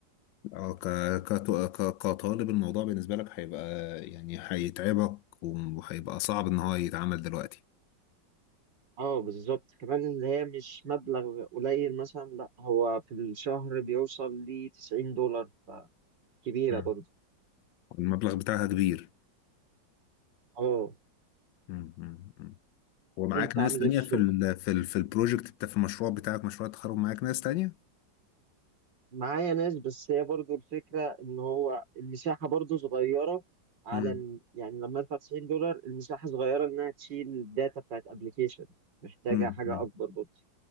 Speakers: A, on the left; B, on the right.
A: اه ك... كت... ك... كطالب الموضوع بالنسبه لك هيبقى يعني هيتعبك وهيبقى صعب ان هو يتعمل دلوقتي
B: اه بالظبط كمان اللي هي مش مبلغ قليل مثلا لا هو في الشهر بيوصل ل 90 دولار فكبيرة
A: مم.
B: برضه
A: المبلغ بتاعها كبير
B: اه
A: مم. مم. مم. ومعاك
B: انت
A: ناس
B: عامل
A: تانية
B: ايه في الشغل؟
A: في ال... في ال... في البروجكت بتاع في المشروع بتاعك مشروع التخرج معاك ناس تانية
B: معايا ناس بس هي برضه الفكرة ان هو المساحة برضه صغيرة على
A: مم.
B: إن- يعني لما ادفع 90 دولار المساحة صغيرة انها تشيل الداتا بتاعت ابلكيشن محتاجة
A: مم.
B: حاجة
A: مم.
B: اكبر برضه